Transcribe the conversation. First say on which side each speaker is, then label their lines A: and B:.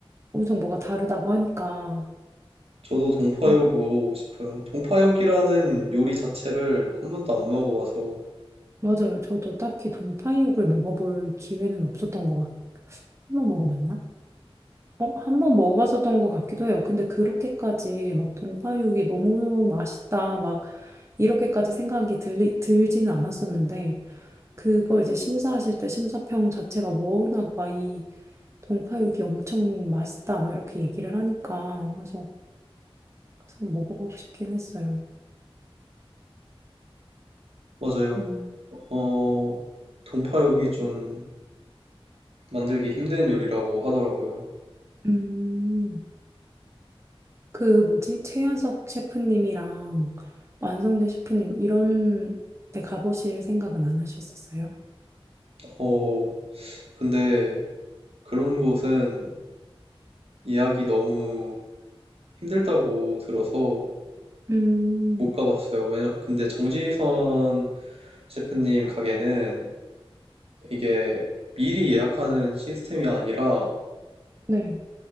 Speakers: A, on the right (about 30°); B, on the right (about 75°).
A: 엄청 뭐가 다르다고 하니까.
B: 저도 동파육
A: 음,
B: 먹어보고 싶어요. 동파육이라는 요리 자체를 한 번도 안 먹어봐서,
A: 맞아요. 저도 딱히 동파육을 먹어볼 기회는 없었던 것 같아요. 한번 먹어봤나? 어, 한번 먹어봤었던 것 같기도 해요. 근데 그렇게까지 막 동파육이 너무 맛있다, 막 이렇게까지 생각이 들리, 들지는 않았었는데 그걸 이제 심사하실 때 심사평 자체가 뭐 워낙 막이 동파육이 엄청 맛있다 막 이렇게 얘기를 하니까 그래서 한번 먹어보고 싶긴 했어요.
B: 맞아요.
A: 음.
B: 어, 동파육이 좀 만들기 힘든 요리라고 하더라고요.
A: 음. 그 뭐지? 최현석 셰프님이랑 완성대 셰프님 이런 데 가보실 생각은 안 하셨었어요?
B: 어, 근데 그런 곳은 예약이 너무 힘들다고 들어서
A: 음.
B: 못 가봤어요. 왜냐, 근데 정지선 셰프님 가게는 이게 미리 예약하는 시스템이 아니라
A: 네.